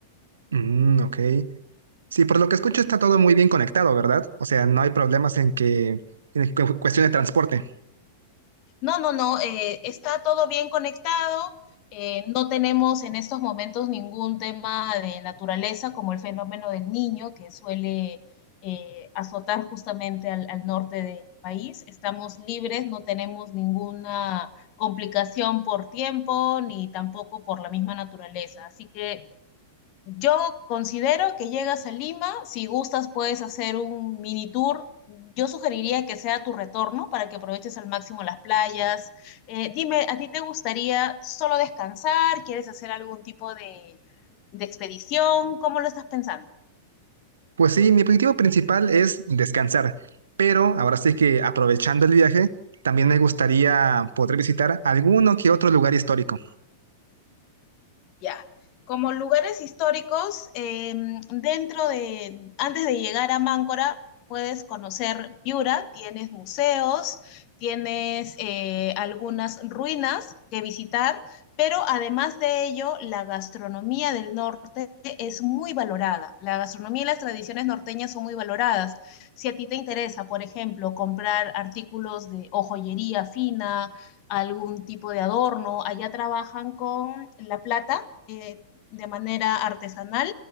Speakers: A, on the right (about 70°); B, on the left (about 40°).
A: Mm, ok. Sí, por lo que escucho está todo muy bien conectado, ¿verdad? O sea, no hay problemas en que, en cu- cuestión de transporte.
B: No, no, no, eh, está todo bien conectado. eh, no tenemos en estos momentos ningún tema de naturaleza como el fenómeno del niño que suele eh, azotar justamente al, al norte del país. Estamos libres, no tenemos ninguna complicación por tiempo ni tampoco por la misma naturaleza. Así que yo considero que llegas a Lima, si gustas puedes hacer un mini tour. Yo sugeriría que sea tu retorno para que aproveches al máximo las playas. Eh, dime, ¿a ti te gustaría solo descansar? ¿Quieres hacer algún tipo de, de expedición? ¿Cómo lo estás pensando?
A: Pues sí, mi objetivo principal es descansar, pero ahora sí que aprovechando el viaje, también me gustaría poder visitar alguno que otro lugar histórico.
B: Ya. Como lugares históricos, eh, dentro de, antes de llegar a Máncora, puedes conocer Piura, tienes museos, tienes eh, algunas ruinas que visitar, pero además de ello, la gastronomía del norte es muy valorada. La gastronomía y las tradiciones norteñas son muy valoradas. Si a ti te interesa, por ejemplo, comprar artículos de o joyería fina, algún tipo de adorno, allá trabajan con la plata eh, de manera artesanal,